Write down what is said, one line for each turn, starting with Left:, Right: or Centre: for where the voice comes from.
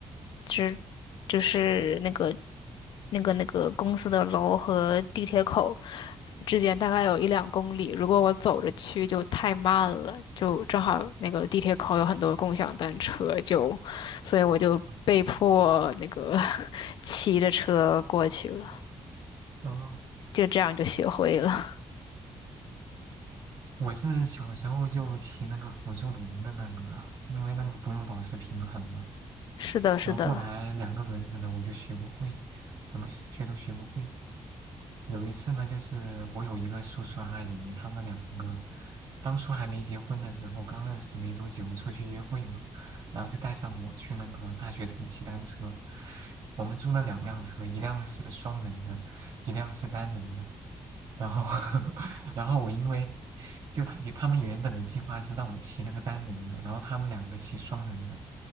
Left: 就是就是那个那个那个公司的楼和地铁口之间大概有一两公里，如果我走着去就太慢了，就正好那个地铁口有很多共享单车，就所以我就被迫那个
Right: 嗯
Left: <laughs> 骑着车过去了，
Right: 哦。
Left: 就这样就学会了。
Right: 我是小时候就骑那个辅助轮的那个啊，因为那个不用保持平衡嘛。
Left: <laughs> 是的，是的。
Right: 然后后来两个轮子的我就学不会，怎么学都学不会。有一次呢，就是我有一个叔叔阿姨，他们两个当初还没结婚的时候，刚认识没多久，出去约会嘛，然后就带上我去那个大学城骑单车。我们租了两辆车，一辆是双人的，一辆是单人的。然后 <laughs> 然后我因为就他他们原本的计划是让我骑那个单人的，然后他们两个骑双人的，